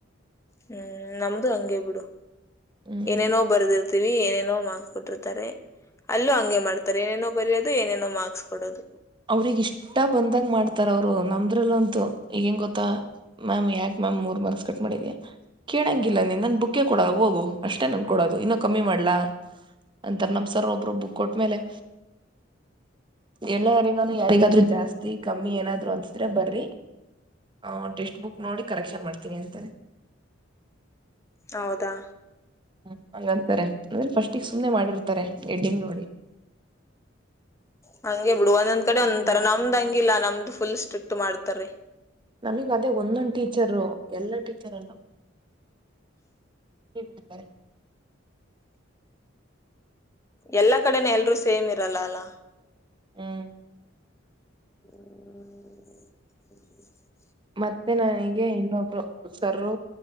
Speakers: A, on the left; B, on the right.
A: ಹ್ಮ್ ್ಮ ನಮ್ದು ಹಂಗಗೆ ಬಿಡು
B: ಹ್ಮ್
A: ಏನೇನೋ ಬರ್ದಿರ್ತೀವಿ ಏನೇನೋ ಕೊಟ್ಟಿರ್ತಾರೆ ಅಲ್ಲೂ ಹಂಗೆ ಮಾಡ್ತಾರೆ ಏನೇನೋ ಬರಯೋದು ಏನೇನೋ ಮಾರ್ಕ್ಸ್ ಕೊಡೋದು
B: ಅವ್ರಗ್ ಇಷ್ಟ ಬಂದಂಗ ಮಾಡ್ತಾರ ಅವ್ರು ನಮ್ದ್ರಲ್ಲ ಅಂತು ಈಗೇಂಗ ಗೊತ್ತಾ ಮ್ಯಾಮ್ ಯಾ ಮ್ಯಾಮ್ ಮೂರ್ ಮಾರ್ಕ್ಸ್ ಕಟ್ ಮಾಡಿದೀಯ ಕೇಳಂಗಿಲ್ಲ ನೀ ನ ಬುಕ್ಕ ಕೊಡದು ಹೋಗು ಅಷ್ಟೇ ನನ್ ಕೊಡೋದು ಇನ್ನೊ ಕಮ್ಮಿ ಮಾಡ್ಲಾ ಅಂತ ನಮ ಸರ್ ಒರು ಬಕ್ ಕೊಟ್ಮೇಲೆ ಎಲ್ಲಾರಿಗ ಯಾರಿಗಾದ್ೂ ಜಾಸ್ತಿ ಕಮ್ಮಿ ಏನಾದ್ರು ಅನ್ ತ್ರ ಬರ್ರಿ ಹ ಟೆಸ್ಟ್ ಬುಕ್ ನೋಡಿ ಕರೆಕ್ಷನ್ ಮಾಡ್ತೀನಿ ಅಂತರೆ
A: ಹೌದಾ
B: ಹ್ಮ ಹಂಗಂತಾರೆ ಅಂದ್ರೆ ಫಸ್ಟಿಗೆ ಸುಮ್ಮನೆ ಮಾಡಿರ್ತಾರೆ ಎಡ್ ನೋ ಹೇ <inaudible>
A: ಹಂಗಗೆ ಬಿಡು ಒಂದೊಂದ್ ಕಡೆ ಒಂದ್ ತರ
B: ನೋಡ
A: ನಮ್ದ್ ಹಂಗಿಲ್ಲಾ ನಮ್ದು ಫುಲ್ ಸ್ಟ್ರಿಕ್ಟ್ ಮಾಡ್ತರಿೀ
B: ನಮಗ ಅದೇ ಒಂದೊಂದ್ ಟೀಚರು ಎಲ್ಲಾ ಟೀಚರ್ ಅಲ್ಲವು ಹ್ಮ <unintelligible> ಹ <unintelligible>
A: ಎಲ್ಲಾ ಕಡೆನ ಎಲ್ರುೂ ಸೇಮ್ ಇರಲ್ಲ ಅಲ್ಲ
B: ಹ್ಮ್
A: ಹ್ಮ <inaudible>
B: ಮತ್ತೆ ನಾನೀಗೆ ಇನ್ನೊಬ್ರು ರೂ